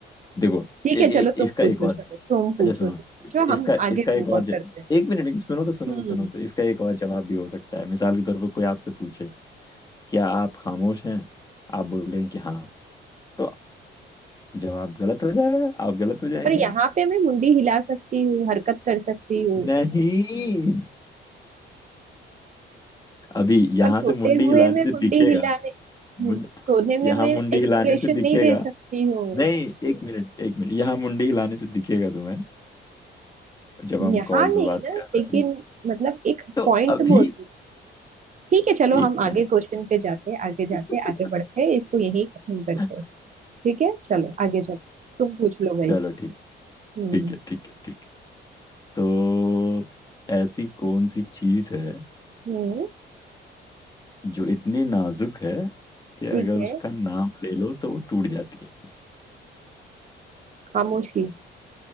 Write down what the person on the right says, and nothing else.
ठीक
है
चलो तुम
पूछो
चलो तुम पूछो
तुम पूछो
हम
आगे
मूव
ऑन
करते हैं
हम्म
पर यहाँ पे मैं मुंडी हिला सकती हूँ हरकत कर सकती हूँ
पर सोते
हुए
मैं
मुंडी
हिलाने हम्म,
सोने में
मैं
एक्सप्रेशन
नहीं दे सकती हूँ
यहाँ
नहीं
ना
लेकिन
मतलब एक
पॉइंट
बोल रही हूँ। ठीक है चलो
हम आगे
क्वेश्चन पे जाते आगे जाते
आगे बढ़ते इसको यही खत्म करते
ठीक है चलो आगे चलो तुम पूछ लो भाई
हम्म
हम्म
ठीक
है
खामोशी